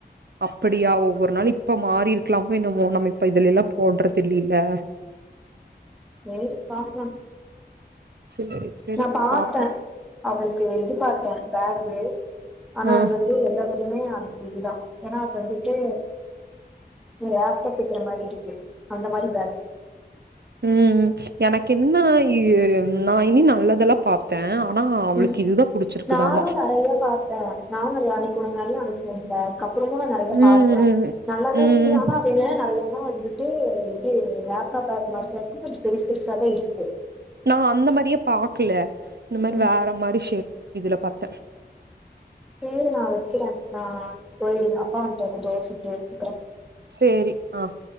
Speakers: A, on the right; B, in the centre.
A: அப்பிடியா ஒவ்வொரு நாள் இப்போ மாறியிருக்கலாமோ என்னமோ நம்ம இப்ப இதுலில்லா போட்றதில்லில
B: தேடிப் பாக்லா
A: சேரி சேரி
B: நா பாத்த
A: பாப்போ
B: அவுலுகு இது பாத்தே பேகு ஆனா
A: ஆ
B: அது வந்து எல்லாத்து குமே அது இதுதா ஏனா அதுல வந்துட்டு நீ லேப்டப் குத்துற மாரி இருக்கு அந்த மாரி இப்ப
A: உம் எனக்கென்னா நா இன்னு நல்லதெலா பாத்தே ஆனா அவளுக்கு
B: உம்
A: இதுதா புடிச்சிருக்குதாமா
B: நானு நெறையிற பாத்தே நானு வேலைக் போணு ஏ ஒரு மூன் பேக் அப்றோதா நா நெறையெ
A: ம்
B: பாத்தே
A: ம்
B: நல்லாதாருக்கு
A: ம்
B: ஆனா இப்ப என்னன்னா நெறையா போ வந்துட்டூ இது லேப்டாப் பாக்ம்போது கொஞ்ஜ கொஞ்ஜோ பெருசு பெருசாதா இருக்கு
A: நா அந்த மாரியே பாக்கல இந்த மாரி
B: ம்
A: வேற மாரி ஷேப் இதுல பாத்
B: சேரி நா வெக்கறே ஆஹ் போய் அப்பா வன்டாரு தோச ஊத்துறே ஊத்றே
A: சேரி ஆஹ்